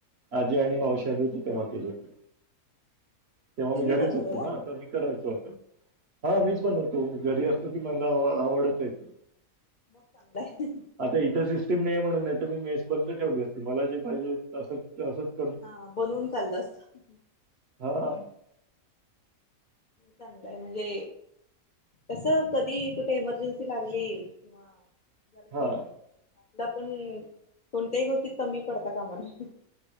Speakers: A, on the right; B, on the left.
A: आज्जी आणि मावशी होते तेव्हा केलं होतं तेव्हा मी
B: तुम्ही
A: घरीच
B: बनवलं
A: होतो ना आ तर मी करायचो असे हा मीच बनवतो घरी असत मला <unintelligible>
B: मग चांगलाय.
A: आता इथं सिस्टीम नाहीे म्हणून नाहीतर मी मेस बंद ठेवली असते मला जे पाहिजे तंं
B: हा बनवून खाल्लं असत.
A: हा.
B: चांगलंय म्हणजे. तसं कधी कुठे इमर्जन्सी लागली किंवा झालं की
A: हा
B: आपला पण कोणत्याही गोष्टीत कमी पडता कामा नये.